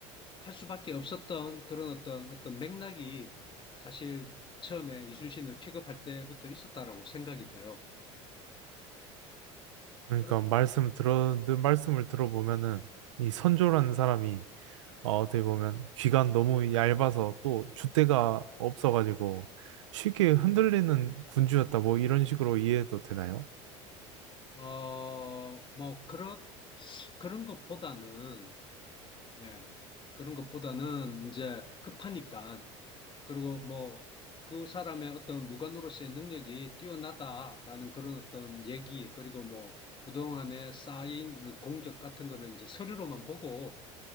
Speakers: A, on the left; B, on the right.
A: 할 수밖에 없었던 그런 어떤 어떤 맥락이 사실 처음에 이순신을 픽업할 때부터 있었다라고 생각이 돼요.
B: 그러니까
A: 그러,
B: 말씀 들어 늘 말씀을 들어보면은 이 선조라는 사람이 어, 어떻게 보면 귀가 너무 얇아서 또 줏대가 없어가지고 쉽게 흔들리는 군주였다 뭐 이런 식으로 이해해도 되나요?
A: 어, 뭐 그렇 그런 것보다는 예 그런 것보다는 이제 급하니까. 그리고 뭐 그 사람의 어떤 무관으로서의 능력이 뛰어나다라는 그런 어떤 얘기, 그리고 뭐 그동안에 쌓인 그 공적 같은 거를 이제 서류로만 보고,